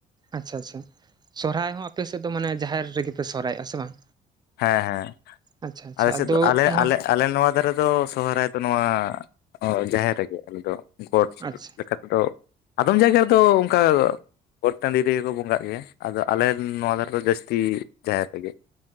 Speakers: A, on the right; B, on the left.
A: ᱟᱪᱪᱷᱟ ᱟᱪᱪᱷᱟ ᱥᱚᱦᱨᱟᱭ ᱦᱚᱸ ᱟᱯᱮ ᱥᱮᱫ ᱫᱚ ᱢᱟᱱᱮ ᱡᱟᱦᱮᱨ ᱨᱮᱜᱮ ᱯᱮ ᱥᱚᱦᱨᱟᱭᱚᱜᱼᱟ ᱥᱮ ᱵᱟᱝ,
B: ᱦᱮᱸ ᱦᱮᱸ
A: ᱟᱪᱪᱷᱟ ᱟᱪᱪᱷᱟ
B: ᱟᱞᱮ
A: ᱟᱫᱚ
B: ᱥᱮᱫ ᱟᱞᱮ
A: ᱱᱚᱣᱟ
B: ᱟᱞᱮ ᱟᱞᱮ ᱱᱚᱣᱟ ᱫᱷᱟᱨᱮ ᱫᱚ ᱥᱚᱦᱨᱟᱭ ᱫᱚ ᱱᱚᱣᱟ ᱡᱟᱦᱮᱨ ᱨᱮᱜᱮ ᱟᱞᱮᱫᱚ ᱜᱚᱴ
A: ᱟᱪᱪᱷᱟ
B: ᱟᱫᱚ ᱟᱫᱚᱢ ᱡᱟᱭᱜᱟ ᱨᱮᱫᱚ ᱚᱱᱠᱟ ᱜᱚᱴ ᱴᱟᱺᱰᱤ ᱨᱮᱜᱮ ᱠᱚ ᱵᱚᱸᱜᱟᱜ ᱜᱮᱭᱟ ᱟᱫᱚ ᱟᱞᱮ ᱱᱚᱣᱟ ᱫᱷᱟᱨᱮ ᱫᱚ ᱡᱟᱹᱥᱛᱤ ᱡᱟᱦᱮᱨ ᱨᱮᱜᱮ